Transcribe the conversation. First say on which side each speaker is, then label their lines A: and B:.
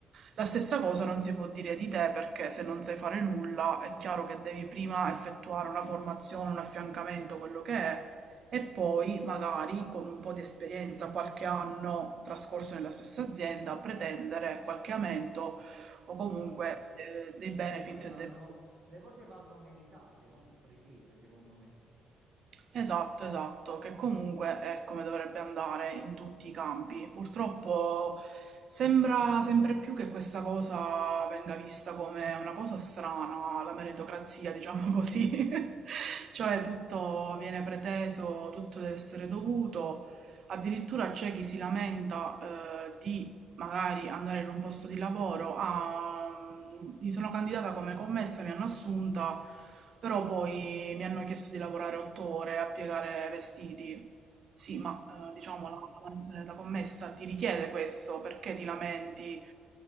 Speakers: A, on the right (about 60°); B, on the right (about 70°).
A: La stessa cosa non si può dire di te perché se non sai fare nulla è chiaro che devi prima effettuare una formazione, un affiancamento, quello che è, e poi magari con un po' di esperienza, qualche anno trascorso nella stessa azienda, pretendere qualche aumento o
B: Esatto.
A: comunque eh, dei benefit
B: Cose
A: e
B: vanno-
A: dei
B: le cose vanno meritate, non pretese, secondo me.
A: Esatto, esatto, che comunque è come dovrebbe andare in tutti i campi. Purtroppo sembra sempre più che questa cosa venga vista come una cosa strana, la meritocrazia, diciamo così. <laughs> Cioè tutto viene preteso, tutto deve essere dovuto. Addirittura c'è chi si lamenta, eh, di magari andare in un posto di lavoro, ah, mm, mi sono candidata come commessa, mi hanno assunta, però poi mi hanno chiesto di lavorare otto ore a piegare vestiti. Sì, ma
B: Eh,
A: eh,
B: Ho
A: diciamo
B: capito.
A: la, la commessa ti richiede questo, perché ti lamenti?